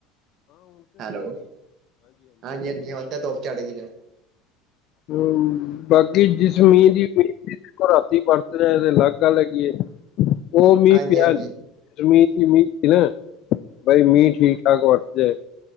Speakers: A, on the right (about 55°); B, on the left (about 55°).
A: ਹੈਲੋ ਹਾਂਜੀ, ਹਾਂਜੀ ਹੁਣ ਤੇ ਧੁੱਪ ਚੜ ਗਈ ਹੈ।
B: ਹੂੰ, ਬਾਕੀ ਜਿਸ ਮੀਂਹ ਦੀਂ ਪਈ ਰਾਤੀ। ਵਰਤ ਰਿਹਾ ਤੇ, ਅਲੱਗ ਗੱਲ ਹੈਗੀ ਉਹ ਮੀਂਹ
A: ਹਾਂਜੀ
B: ਪਿਆ
A: ਹਾਂਜੀ
B: ਜਮੀਨ ਜਮੀਨ। ਨਾ ਬਾਈ, ਮੀ ਠੀਕ- ਠਾਕ ਵਰਤਦੇ।